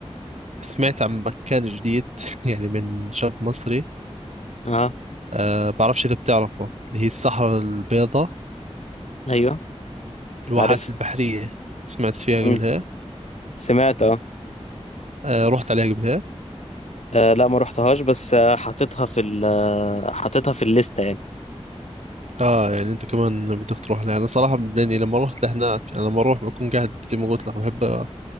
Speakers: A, on the right (about 80°); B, on the left (about 75°).
A: سمعت عن مكان جديد <laughs> يعني من شاب مصري
B: آه
A: آه بعرفش إذا بتعرفه اللي هي الصحراء البيضاء
B: أيوه
A: الواحات
B: عارف
A: البحرية سمعت فيها قبلها
B: مم. سمعت آه
A: آه رحت عليها قبلها
B: آه، لا ما رحتهاش بس آه، حاططها في ال آه، حاططها في الليستة يعني
A: اه يعني انت كمان بدك تروح لها انا صراحة لاني لما رحت لهناك انا لما اروح بكون قاعد زي ما قلت لك بحب